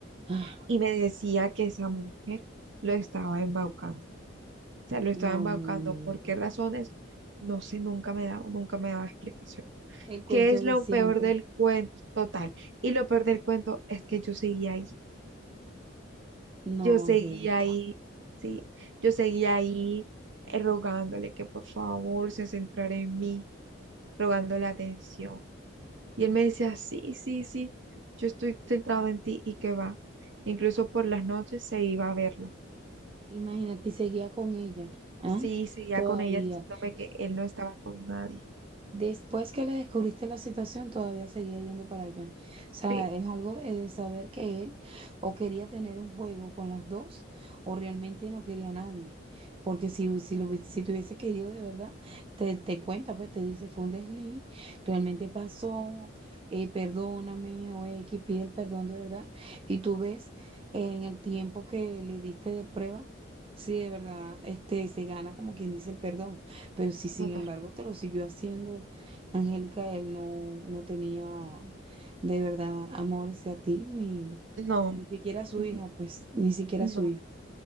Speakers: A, on the right; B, on the right.
A: Ah,
B: y me decía que esa mujer lo estaba embaucando. O sea, lo estaba
A: no,
B: embaucando.
A: no, amiga.
B: ¿Por qué razones? No sé, nunca me daba, nunca me daba explicación.
A: El cuento
B: ¿Qué es
A: de
B: lo
A: siempre.
B: peor del cuento? Total. Y lo peor del cuento es que yo seguía ahí.
A: No,
B: Yo seguía
A: Angélica.
B: ahí, sí. Yo seguía ahí eh, rogándole que por favor se centrara en mí, rogándole atención. Y él me decía, sí, sí, sí, yo estoy centrado en ti y que va. Incluso por las noches se iba a verla.
A: Imagínate, y seguía con ella, ¿ah?
B: Sí, seguía
A: Todavía.
B: con ella diciéndome que él no estaba con nadie.
A: Después que le descubriste la situación, todavía seguía yendo para allá. O sea,
B: Sí,
A: es algo de de saber que él o quería tener un juego con las dos o realmente no quería a nadie. Porque si, hu- si, lo, hubiese- si te hubiese querido de verdad, te, te cuenta, pues te dice, fue un desliz, realmente pasó, eh, perdóname o X, pide el perdón de verdad. Y tú ves en el tiempo que le diste de prueba si de verdad este, se gana, como quien dice, el perdón. Pero si sin
B: total.
A: embargo te lo siguió haciendo, Angélica, él no, no tenía de verdad amor hacia ti, ni,
B: No,
A: ni siquiera a su
B: n-
A: hija, pues, ni siquiera
B: no.
A: a su hija.